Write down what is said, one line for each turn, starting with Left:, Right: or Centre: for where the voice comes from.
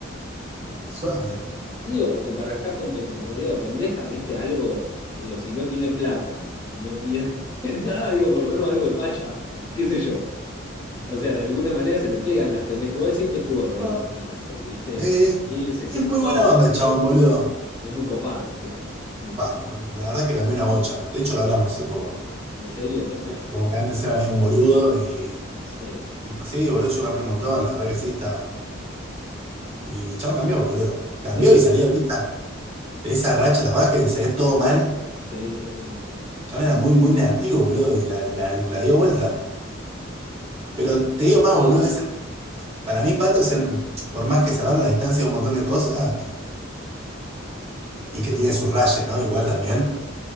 Right: suave.
Left: Digo, porque para estar con pen- rodeado de pendejas, viste, algo, digo, si no tiene plata, no tiene <laughs> nada, digo, por lo menos algo de facha, qué sé yo. O sea, de alguna manera se le pegan las pendejas. Igual siempre estuvo rodeado
Right: No,
Left: de minas, él, ¿viste?
Right: eh,
Left: O sea, y él se siente
Right: es muy
Left: todo,
Right: buena onda el chabón, boludo.
Left: es muy copado, claro. Mm.
Right: Va, boludo, La verdad es que cambió una bocha. De hecho, lo hablamos hace poco.
Left: ¿En serio? ¿Qué manera?
Right: Como que antes era medio un boludo y
Left: Sí.
Right: me dijo, sí, boludo, yo cambié un montón. La verdad que sí, estaba. Y el chabón cambió, boludo.
Left: Se
Right: Cambió
Left: ve.
Right: y salió de esa, de esa racha, ¿te acordás que le salía todo mal? El
Left: Sí, sí, sí, me acuerdo.
Right: chabón
Left: Sí.
Right: era muy, muy negativo, boludo, y la, la- la dio vuelta. Pero
Left: También,
Right: te digo
Left: no,
Right: más,
Left: vale.
Right: boludo, es el- para mí Pato es el, por más que salvando la distancia de un montón de cosas. y que tiene sus rayes, ¿no? Igual también.